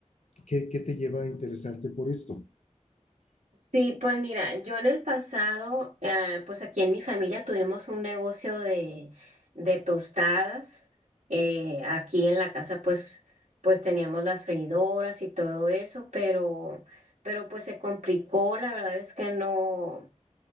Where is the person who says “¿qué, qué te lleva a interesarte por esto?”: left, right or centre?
Left